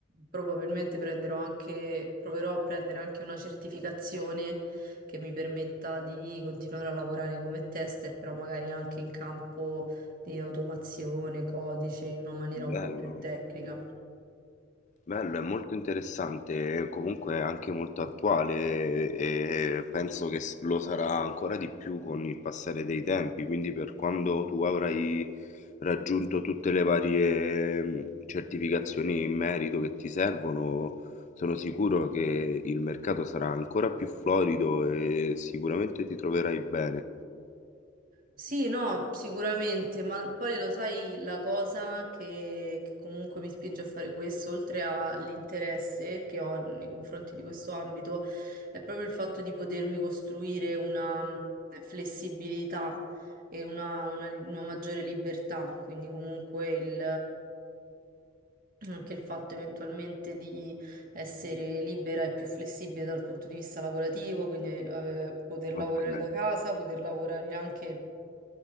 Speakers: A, on the right; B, on the left.
A: probabilmente prenderò anche, proverò a prendere anche una certificazione che mi permetta di continuare a lavorare come tester, però magari anche in campo di automazione, codice, in una maniera
B: Bello.
A: un po' più tecnica.
B: Bello, è molto interessante, e comunque è anche molto attuale e e penso che s- lo sarà ancora di più con il passare dei tempi, quindi per quando tu avrai raggiunto tutte le varie mh, certificazioni in merito che ti servono, sono sicuro che il mercato sarà ancora più florido e sicuramente ti troverai bene.
A: Sì, no, sicuramente, ma poi lo sai, la cosa che, che comunque mi spinge a fare questo, oltre all'interesse che ho nei confronti di questo ambito, è proprio il fatto di potermi costruire una mh, flessibilità e una, una- una maggiore libertà, quindi comunque il, mh, anche il fatto eventualmente di essere libera e più flessibile dal punto di vista lavorativo, quindi eh, poter
B: Ok,
A: lavorare da casa, poter lavorare anche